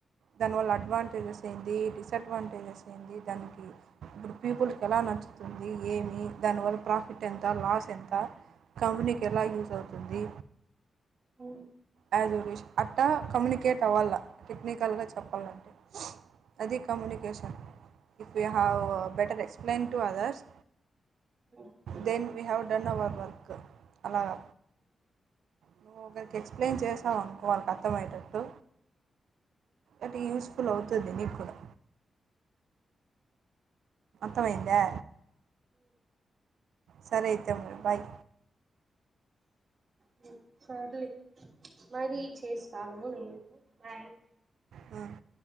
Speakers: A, on the right (about 85°); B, on the right (about 35°).
A: దానివల్ల అడ్వాంటేజెస్ ఏంది డిసడ్వాంటేజెస్ ఏంది దానికి ఇప్పుడు పీపుల్కి ఎలా నచ్చుతుంది ఏమి దానివల్ల ప్రాఫిట్ ఎంత లాస్ ఎంత కంపెనీకి ఎలా యూజ్ అవుతుంది
B: హ్మ్
A: ఆ జనరేషన్ అట్టా కమ్యూనికేట్ అవ్వాల టెక్నిక్ కల్గా చెప్పాలంటే అది communication if you have better explain to others
B: కె
A: then we have done our work అలాగా నువ్వు ఒకరికి ఎక్స్‌ప్లెయిన్ చేసావు అనుకో వాళ్ళకి అలా అర్థం అయ్యేటట్టు అంటే యూస్ ఫుల్ అవుతుంది నీకు కూడా అర్థం అయిందా సరే అయితే మరి బాయ్
B: హ్మ్ సర్లే మరి చేస్తాను నేను బాయ్
A: హ్మ్